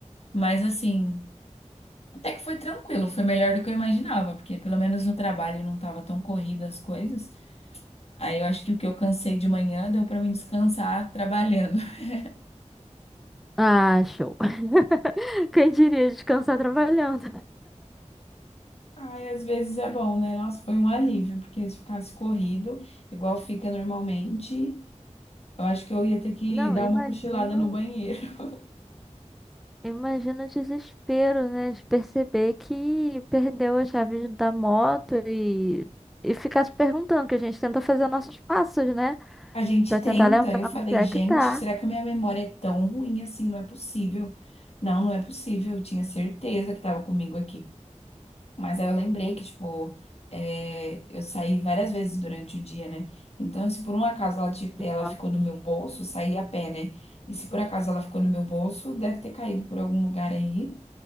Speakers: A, on the left; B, in the centre.
A: Mas assim. Até que foi tranquilo, foi melhor do que eu imaginava, porque pelo menos no trabalho não estava tão corrida as coisas. Aí eu acho que o que eu cansei de manhã deu para mim descansar trabalhando. <laughs>
B: Ah, show. <laughs> Quem diria descansar trabalhando?
A: Ai, às vezes é bom, né? Nossa, foi um alívio, porque se ficasse corrido, igual fica normalmente, eu acho que eu ia ter que
B: Não,
A: dar
B: imagino,
A: uma cochilada no banheiro. <laughs>
B: imagino o desespero, né? De perceber que perdeu a chave da moto e, e ficar se perguntando, que a gente tenta fazer nossos passos, né?
A: A gente
B: Pra
A: tenta,
B: tentar lembrar
A: eu falei,
B: onde é
A: gente,
B: que tá.
A: será que a minha memória é tão ruim assim? Não é possível. Não, não é possível. Eu tinha certeza que estava comigo aqui. Mas aí eu lembrei que, tipo, é, eu saí várias vezes durante o dia, né? Então, se por um acaso ela, ti- ela
B: Aham.
A: ficou no meu bolso, eu saí a pé, né? E se por acaso ela ficou no meu bolso, deve ter caído por algum lugar aí.